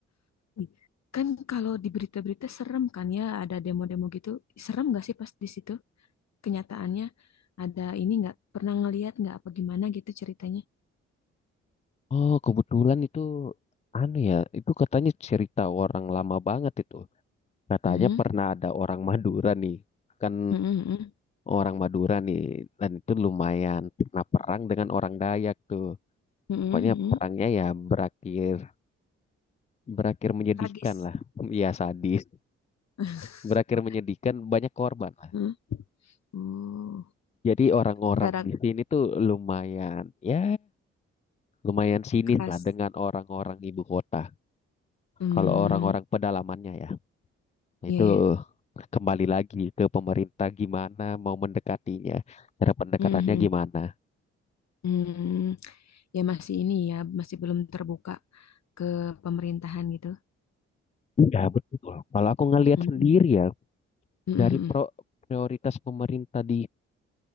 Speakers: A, on the left (about 50°); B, on the left (about 20°).
A: Ih, Kan kalau di berita-berita serem kan ya, ada demo-demo gitu. Serem gak sih pas di situ? kenyataannya ada ini nggak pernah ngelihat nggak apa gimana gitu ceritanya.
B: Oh, kebetulan itu anu ya, itu katanya cerita orang lama banget itu. Katanya
A: Hmm,
B: pernah ada orang <laughs> Madura nih, kan
A: hmm, hmm,
B: orang Madura nih, dan itu lumayan pernah perang dengan orang Dayak tuh.
A: hmm, hmm,
B: Pokoknya
A: hmm. hmm.
B: perangnya ya berakhir berakhir menyedihkan
A: Tragis.
B: lah, <laughs> ya sadis.
A: <laughs>
B: Berakhir menyedihkan, banyak korban lah.
A: Hmm. Oh,
B: Jadi orang-orang
A: gara
B: di sini tuh lumayan, ya lumayan sinis
A: keras.
B: lah dengan orang-orang ibu kota.
A: Hmm,
B: Kalau orang-orang pedalamannya ya.
A: iya
B: Itu
A: ya.
B: kembali lagi ke pemerintah gimana mau mendekatinya, cara pendekatannya
A: Hmm, hmm,
B: gimana.
A: hmm. Ya masih ini ya, masih belum terbuka ke pemerintahan gitu.
B: Ya betul. Kalau aku ngelihat
A: Hmm,
B: sendiri ya
A: hmm,
B: dari
A: hmm,
B: pro- prioritas pemerintah di